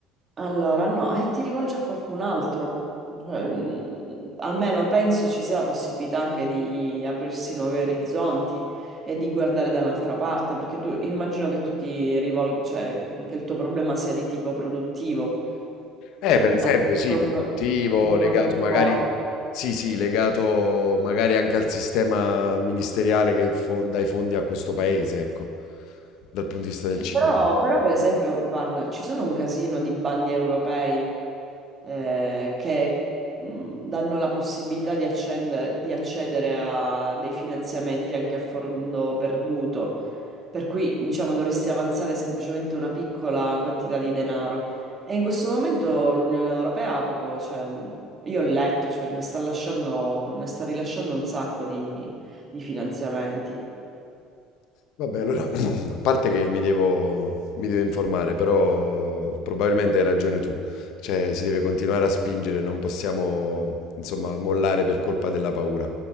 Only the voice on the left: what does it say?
Eh,
per
esempio,
sì,
produttivo,
legato magari, sì, sì, legato magari anche al sistema ministeriale che fo- dà i fondi a questo paese, ecco, dal punto di vista del
cinema.
Vabbè, allora, <clears throat> a parte che mi devo, mi devo informare, però probabilmente hai ragione tu, cioè si deve continuare a spingere, non possiamo, insomma, mollare per colpa della paura.